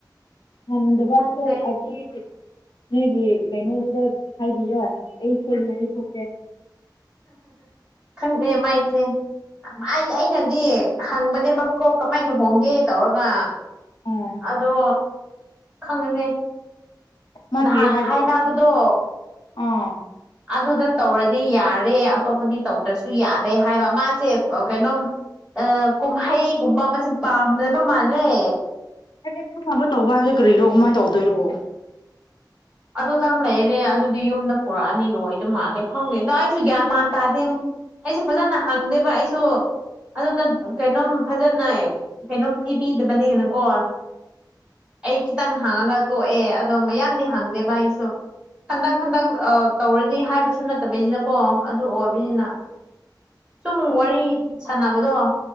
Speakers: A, on the left; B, on the right.
A: ꯑꯍꯗꯕꯥ
B: ꯈꯪꯗ꯭ꯔꯦ
A: ꯊ ꯑꯗꯨꯖꯤ ꯅꯣꯏꯒꯤ ꯀꯩꯅꯣꯗꯨꯗ ꯍꯥꯏꯕꯤꯌꯣ ꯑꯩ ꯁꯣꯏꯗꯅꯩ ꯌ ꯊꯣꯛꯣꯛꯀꯦ
B: ꯈꯅꯦ ꯃꯥꯥꯏꯁꯦ ꯑꯩ ꯑꯩꯅꯗꯤ ꯍꯪꯕꯅꯦꯕꯀꯣ ꯀꯃꯥꯏꯅ ꯂꯨꯍꯣꯡꯒꯦ ꯇꯧꯔꯒ
A: ꯑꯥ
B: ꯑꯗꯣ ꯈꯪꯒꯅꯦ
A: ꯃꯥ
B: ꯅꯍꯥꯟ
A: ꯀꯔꯤ ꯍꯥꯏꯕ꯭ꯔꯣ
B: ꯍꯥꯏꯅꯕꯗꯣ
A: ꯑꯥ
B: ꯑꯗꯨꯗ ꯇꯧꯔꯗꯤ ꯌꯥꯔꯦ ꯑꯇꯣꯞꯄꯗꯤ ꯇꯧꯗ꯭ꯔꯁꯨ ꯌꯥꯗꯦ ꯍꯥꯏꯕ ꯃꯥꯁꯦ ꯀꯩꯅꯣꯝ ꯑ ꯀꯨꯝꯍꯩꯒꯨꯝꯕ ꯑꯃꯁꯦ ꯄꯥꯝꯗꯕ ꯃꯥꯜꯂꯦ
A: ꯍꯥꯏꯗꯤ ꯈꯪꯅꯕ ꯇꯧꯕ ꯍꯥꯏꯒꯦ ꯀꯔꯤꯏꯔꯣ ꯀꯃꯥꯏꯅ ꯇꯧꯗꯣꯏꯔꯣ
B: ꯑꯗꯨꯇꯪ ꯂꯩꯔꯦ ꯑꯗꯨꯗꯤ ꯌꯨꯝꯗ ꯄꯨꯔꯛꯑꯅꯤ ꯂꯣꯏꯗ ꯃꯥꯜꯂꯦ ꯈꯪꯗꯦꯗ ꯑꯩꯁꯨ ꯒ꯭ꯌꯥꯟ ꯃꯥꯟ ꯇꯥꯗꯦ ꯑꯩꯁꯨ ꯐꯖꯅ ꯍꯪꯗꯦꯕ ꯑꯩꯁꯨ ꯑꯗꯨꯅ ꯀꯩꯅꯣꯝ ꯐꯖꯅ ꯀꯩꯅꯣꯝ ꯄꯤꯕꯤꯗꯕꯅꯦꯅꯀꯣ ꯑꯩ ꯈꯤꯇꯪ ꯍꯪꯉꯒ ꯇꯣꯛꯑꯦ ꯑꯗꯣ ꯃꯌꯥꯝꯗꯤ ꯍꯪꯗꯦ ꯚ ꯑꯩꯁꯨ ꯍꯟꯗꯛ ꯍꯟꯗꯛ ꯑ ꯇꯧꯔꯅꯤ ꯍꯥꯏꯕꯁꯨ ꯅꯠꯇꯕꯩꯅꯤꯅꯀꯣ ꯑꯗꯨ ꯑꯣꯏꯕꯅꯤꯅ ꯁꯨꯝ ꯋꯥꯔꯤ ꯁꯥꯟꯅꯕꯗꯣ